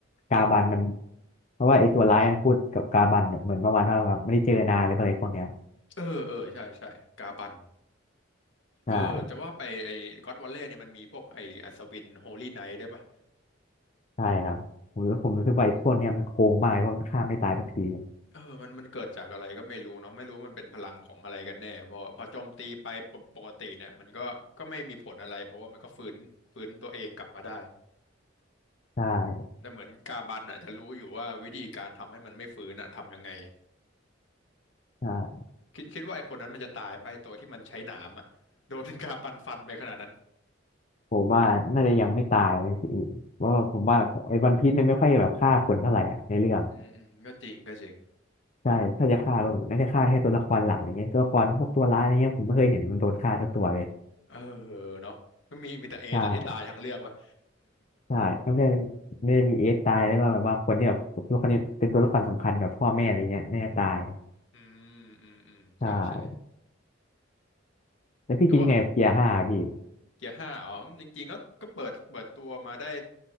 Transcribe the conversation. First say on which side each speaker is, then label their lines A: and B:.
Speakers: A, on the left; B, on the left.
A: กาบันมันเพราะว่าไอ้ตัวร้ายมันพูดกับกาบันแบบเหมือนประมาณว่าแบบไม่ได้เจอนานหรืออะไรพวกเนี้ย
B: เออเออใช่ใช่กาบัน
A: ใช่
B: เออจะว่าไปไอ้ก็ d วอลเลย์เนี่ยมันมีพวกไอ้อัศวินโฮลี่ไนท์ด้วยปะ
A: ใช่ครับผมผมรู้สึกว่าไอ้พวกเนี้ยมันโกงมากเลยเพราะมันฆ่าไม่ตายสักที
B: เออมันมันเกิดจากอะไรก็ไม่รู้เนาะไม่รู้มันเป็นพลังของอะไรกันแน่พอพอโจมตีไปปกปกติเนี่ยมันก็ก็ไม่มีผลอะไรเพราะว่ามันก็ฟื้นฟื้นตัวเองกลับมาได้
A: ใช่
B: แต่เหมือนกาบันอ่ะจะรู้อยู่ว่าวิธีการทำให้มันไม่ฟื้นอ่ะทำยังไง
A: ใช่
B: คิดคิดว่าไอ้คนนั้นมันจะตายไปะไอ้ตัวที่มันใช้หนามอ่ะโดนกาบันฟันไปขนาดนั้น
A: ผมว่าน่าจะยังไม่ตายนะพี่เพราะว่าผมว่าไอ้วันพีซมันไม่ค่อยแบบฆ่าคนเท่าไหร่อ่ะในเรื่อง
B: อืมอืมก็จริงก็จริง
A: ใช่ถ้าจะฆ่าก็น่าจะฆ่าแค่ตัวละครหลักอย่างเงี้ยตัวละครพวกตัวร้ายอย่างเงี้ยผมไม่เคยเห็นมันโดนฆ่าสักตัวเลย
B: เออเนาะก็มีมีแต่เอสแต่ที่ตายทั้งเรื่องวะ
A: ใช่ใช่ทั้งเรื่องไม่ได้มีเอสตายแล้วก็แบบว่าคนที่แบบตัวละครนี้เป็นตัวละครสำคัญแบบพ่อแม่อะไรเงี้ยน่าจะตาย
B: <laughs> อืมอืมอืมใช่ใช่
A: ใช่แล้วพี่คิดยังไงกับเกียร์ห้าพี่
B: แต่ว่าเกียร์ห้าอ๋อจริงๆก็ก็เปิดเปิดตัวมาได้